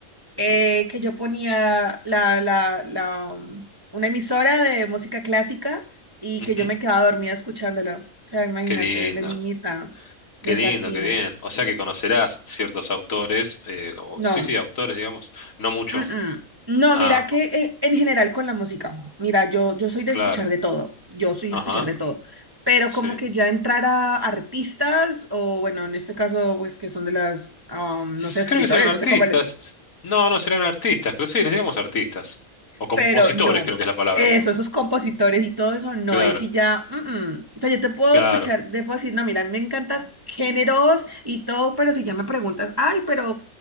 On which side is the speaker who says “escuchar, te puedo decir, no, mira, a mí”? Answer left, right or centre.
Right